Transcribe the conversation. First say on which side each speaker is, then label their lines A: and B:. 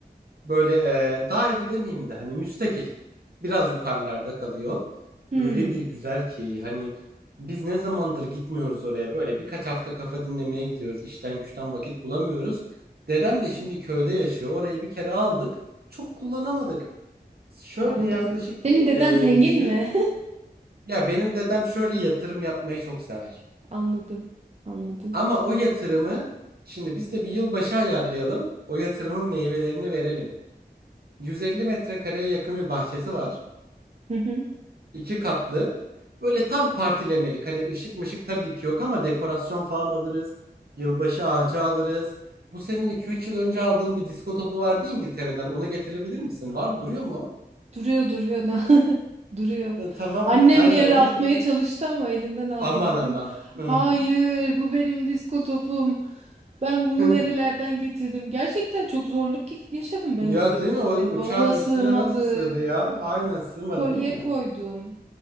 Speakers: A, on the right (about 65°); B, on the right (about 40°).
A: Böyle e, dağ evi demeyeyim de hani müstakil. Biraz yukarılarda kalıyor.
B: hı.
A: Öyle bir güzel ki hani biz ne zamandır gitmiyoruz oraya. Böyle birkaç hafta kafa dinlemeye gidiyoruz. İşten güçten vakit bulamıyoruz. Dedem de şimdi köyde yaşıyor. Orayı bir kere aldık. Çok kullanamadık. Şöyle
B: Anladım.
A: yaklaşık
B: Senin
A: bir
B: deden
A: e,
B: zengin
A: yüze...
B: mi?
A: Ya benim dedem şöyle yatırım yapmayı çok sever.
B: <laughs> Anladım. Anladım.
A: Ama o yatırımı şimdi biz de bir yılbaşı ayarlayalım. O yatırımın meyvelerini verelim. 150 metrekareye yakın bir bahçesi var.
B: Hı hı.
A: İki katlı. Böyle tam partilemelik. Hani ışık mışık tabii ki yok ama dekorasyon falan alırız. Yılbaşı ağacı alırız. Bu senin iki üç yıl önce aldığın bir disko topu vardı İngiltere'den. Onu getirebilir misin? Var mı? Duruyor mu? o?
B: Duruyor duruyor. <laughs> na- Duruyor.
A: E, tamam.
B: Annem
A: Aynen
B: bir ara
A: onu
B: atmaya
A: getir.
B: çalıştı ama elinden aldım
A: Aman
B: dedim.
A: aman. Hı.
B: Hayır,
A: <laughs>
B: bu benim disko topum. Ben bunu
A: Hı.
B: nerelerden getirdim? Gerçekten çok zorluk ge- yaşadım ben
A: Ya
B: onu getirirken.
A: değil mi? O uçağın
B: Bavula
A: üstüne
B: sığmadı.
A: nasıl sığdı ya? Aynen sığmadı
B: Kolye
A: değil mi?
B: koydum.